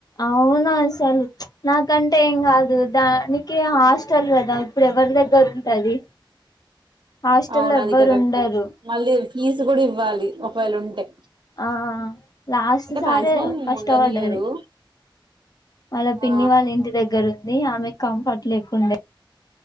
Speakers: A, on the left; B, on the right.
A: అవును అసలు నాకంటే ఏం కాదు దానికి హాస్టల్ కదా ఇప్పుడు ఎవరి దగ్గర ఉంటది హాస్టల్
B: అవును
A: లొ ఎవ్వరు
B: అది కరెక్టే
A: ఉండరు.
B: మళ్ళీ ఫీజు కూడా ఇవ్వాలి ఒకవేళ ఉంటే
A: ఆ లాస్ట్
B: అంటే
A: సారే
B: మాక్సిమం
A: కష్టపడ్డది.
B: ఉండనియరు
A: వాళ్ళ పిన్ని
B: ఆ
A: వాళ్ళ ఇంటి దగ్గర ఉంది ఆమె కంఫర్ట్ లేకుండే.